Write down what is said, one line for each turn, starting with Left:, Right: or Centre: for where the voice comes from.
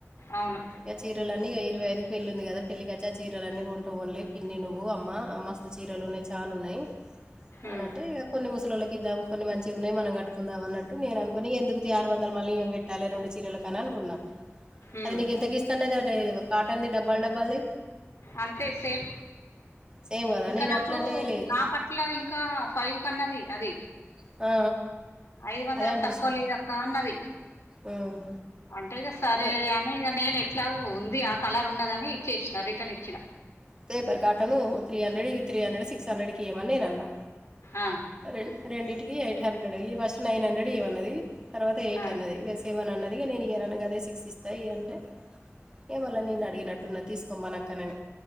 Left: అవును
Right: ఆ చీరలన్నీ ఇగ ఇరవై ఐదుకి పెళ్ళి ఉంది కదా పెళ్ళి కచ్చి ఆ చీరలు అన్నీ కొంట కొన్లే పిన్ని నువ్ వ్వు అమ్మ మస్త్ చిరల్లున్నాయి చాన్ ఉన్నాయ్
Left: ఉమ్
Right: అని అంటే ఇంగ ఇద్దాము కొన్ని మంచి ఉన్నాయి మనం కట్టుకుందాం అన్నట్టు నేను అనుకుని ఎందుకు తి ఆరు వందలు మల్లి పెట్టాలి ఆ రెండుచిరలు కన్నా అనుకున్నా
Left: ఉమ్
Right: అది నీకు ఎంతకి ఇస్తానది అది కాటన్ది డబల్ దబల్ది
Left: అంతే సేఫ్
Right: సేమ్ కదా
Left: ఇంకా
Right: నేను
Left: నాకు
Right: అట్లా అంటే లేదు
Left: నాకట్ల ఇంకా ఫైవ్ కన్నది అది
Right: ఆ
Left: ఐదు వందలకు
Right: అదే అంటుంది
Left: తక్కువ
Right: శివ.
Left: లేదక్క అన్నది
Right: ఉమ్.
Left: అంటేగా సరే
Right: పే
Left: అని ఇగ నేను ఎట్లాగు అది ఆ కలర్ ఉన్నదని ఇచ్చేసిన రిటర్న్ ఇచ్చిన
Right: పేపర్ కాటాను three hundred with three hundred six hundred కి ఇయమని నే అన్నా
Left: ఆ
Right: రెం రెండింటికి eight hundred first nine hundred ఇయమన్నది తర్వాత ఎయిట్
Left: ఆ
Right: అన్నది ఇగ సెవెన్ అన్నది నేను ఇయనన్నా గదే సిక్స్ ఇస్తా ఇ అంటే ఏమల్ల నిన్ను అడిగినట్టున్న తీసుకోమ్మన అక్కనని